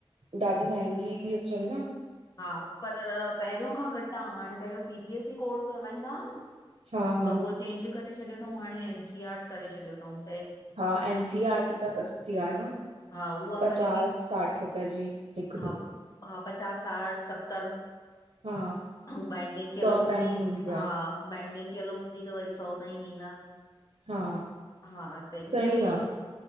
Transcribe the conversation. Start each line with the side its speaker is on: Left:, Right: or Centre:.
Right: ॾाढी महगी थी अचनि न।
Left: हा, पर पहिरियों खां घटि आ, हाणे पहिरियों सी बीएसई कोर्स हलाईंदा आ न।
Right: हा हा
Left: त उहो चेंज करे छॾियो थऊं हाणे एन सी आरट करे छॾियो थऊं।
Right: हा, एनसीआरटी त सस्ती आह न।
Left: हा उहा
Right: पचास,
Left: वरी बि
Right: साठ रुपए जी हिकु
Left: हा
Right: बुक।
Left: हा, पचास, साठ सतरि,
Right: हा
Left: ऐं बाइंडिंग कीअलि
Right: सौ
Left: हूंदी,
Right: ताईं
Left: हा।
Right: आ
Left: हा बाइंडिंग कयल हूंदी त वरी सौ ताईं ॾींदा
Right: हा
Left: हा त ईअं
Right: सही
Left: हुई।
Right: आ